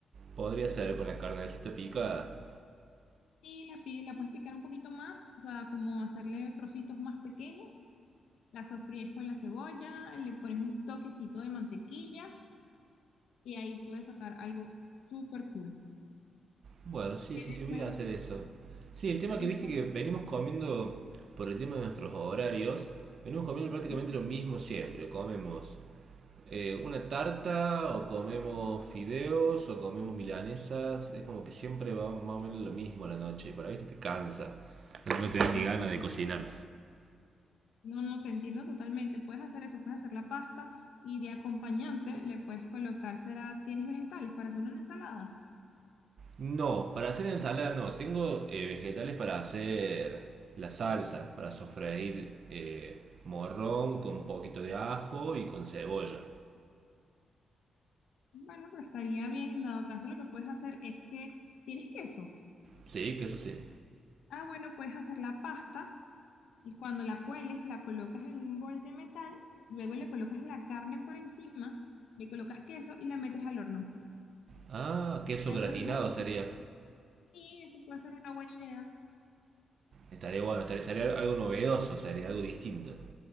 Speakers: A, on the right; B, on the left.
A: Podría hacer con la carnecita picada.
B: Y la, pi- la puedes picar un poquito más, o sea, como hacerle trocitos más pequeños. La sofríes con la cebolla, le pones un toquecito de mantequilla y ahí puedes sacar algo súper cool.
A: Bueno, sí,
B: ¿Qué
A: sí,
B: le
A: sí, voy
B: puedes-
A: a hacer eso. Sí, el tema
B: qué
A: que viste que venimos
B: le
A: comiendo, por el tema de nuestros horarios, venimos comiendo
B: puedes-
A: prácticamente lo mismo siempre. Comemos eh, una tarta, o comemos fideos, o comemos milanesas. Es como que siempre va más o menos lo mismo a la noche. Para viste te cansa. No, no tenés
B: ¿no?
A: ni ganas de cocinar.
B: No, no, te entiendo totalmente. Puedes hacer eso, puedes hacer la pasta y de acompañante le puedes colocar, será, ¿tienes vegetales para hacer una ensalada?
A: No, para hacer ensalada no. Tengo eh, vegetales para hacer la salsa, para sofreír eh, morrón con un poquito de ajo y con cebolla.
B: Bueno, pero estaría bien, en dado caso lo que puedes hacer es que, ¿tienes queso?
A: Sí, queso sí.
B: Ah, bueno, puedes hacer la pasta y cuando la cueles la colocas en un bol de metal, luego le colocas la carne por encima, le colocas queso y la metes al horno.
A: Ah, queso
B: Puede
A: gratinado
B: ser una idea.
A: sería.
B: Sí, eso puede ser una buena idea.
A: Estaría bueno, estaría, sería algo novedoso, sería algo distinto.